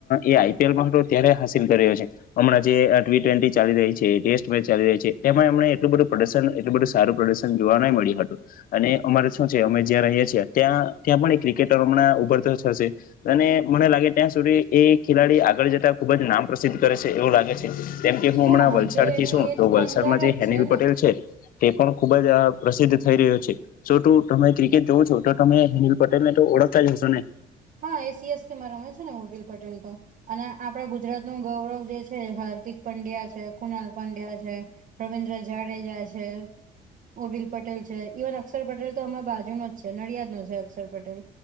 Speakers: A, on the left (about 55°); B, on the right (about 50°).
A: એ આઈપીએલમાં હતો ત્યારે છે હમણાં જે ટવે ચાલી રહી છે ટેસ્ટ મે ચાલી રહી છે એમાંમ એટલું બધું પ્રદર્શન એટલ બધું સારું પ્રદર્શન જોવા ન મળ્યું હતું અને અમારે શું છે અમે જ્યાં રહીએ છીએ ત્યાં ત્યાં પણ ક્રિકેટરો હમણાં ઉભર તો હશે અને મને લાગે ત્યાં સુધી એ ખેલાડી આગળ જતા ખુબ જ નામ પ્રસિદ્ધ કરે છે એવું લાગે છે કેમ કે હું
B: હા
A: હમણાં વલસાડ
B: હજુ એની
A: થી છું
B: એજ
A: તો વલસાડમાં
B: પંદર જ
A: જે હેનિલ
B: છે ને
A: પટેલ છે તે પણ ખુબ જ પ્રસિદ્ધ થઈ રહ્યો છે તું તમે ક્રિકેટ જોવ છો તો તમે હિનિલ પટેલ ને તો ઓળખતા જ હશો ને
B: હા એસીએસ કેમાં રમે છે ને ઉર્બિલ પટેલ તો અને આપડે ગુજરાત નું ગૌરવ જે છે હાર્દિક પંડ્યા છે કુનાલ પંડ્યા છે રવિન્દ્ર જાડેજા છે ઉર્વિલ પટેલ છે ઇવન અક્ષર પટેલ તો અમા બાજુ ન જ છે નડિયાદ નો છે અક્ષર પટેલ